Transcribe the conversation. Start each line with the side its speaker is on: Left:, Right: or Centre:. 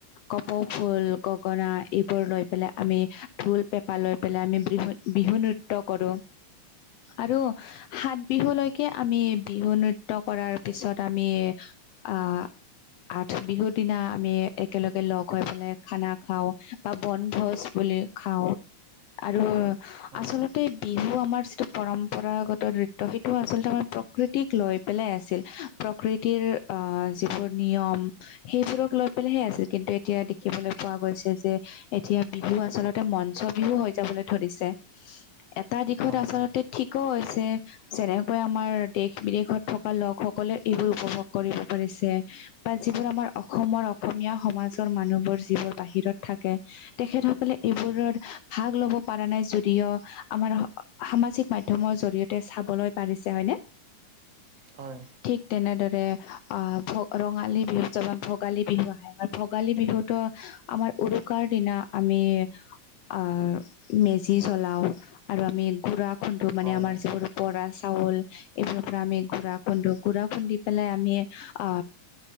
Left: কপৌ ফুল গগনা এইবোৰ লৈ পেলাই আমি ঢোল পেঁপা লৈ পেলাই আমি বিহু নৃত্য কৰো। আৰু সাত বিহুলৈকে আমি বিহু নৃত্য কৰাৰ পিছত আমি আ আঠ বিহুৰ দিনা আমি একেলগে লগ হৈ পেলাই খানা খাওঁ বা বনভোজ বুলি খাওঁ। আৰু
Right: হয়
Left: আচলতে বিহু আমাৰ যিটো পৰম্পৰাগত নৃত্য সেইটো আচলতে আমাৰ প্ৰকৃতিক লৈ পেলাই আছিল প্ৰকৃতিৰ আহ যিবোৰ নিয়ম সেইবোৰক লৈ পেলেহে আছিল কিন্তু এতিয়া দেখিবলৈ পোৱা গৈছে যে এতিয়া বিহু আচলতে মঞ্চ বিহু হৈ যাবলৈ ধৰিছে এটা দিশত
Right: হয় হয়
Left: আচলতে
Right: হয়
Left: ঠিকো হৈছে। যেনেকৈ আমাৰ দেশ বিদেশত থকা লোক সকলে এইবোৰ উপভোগ কৰিব পাৰিছে। বা যিবোৰ আমাৰ অসমৰ অসমীয়া সমাজৰ মানুহবোৰ যিবোৰ বাহিৰত থাকে। তেখেতসকলে এইবোৰৰ ভাগ লব পৰা নাই যদিও আমাৰ সামাজিক মাধ্যমৰ জৰিয়তে চাবলৈ পাৰিছে হয়নে?
Right: হয়।
Left: ঠিক তেনেদৰে আ <unintelligible> ৰঙালী বিহু <unintelligible> ভোগালী বিহু আহে ভোগালী বিহুতো আমাৰ উৰুকাৰ দিনা আমি আহ মেজি জ্বলাও। আৰু আমি গুড়া খুন্দো মানে
Right: হয়
Left: আমাৰ <unintelligible> বৰা চাউল এইবোৰৰ পৰা আমি গুড়া <unintelligible> গুড়া খুন্দি পেলাই আমি আ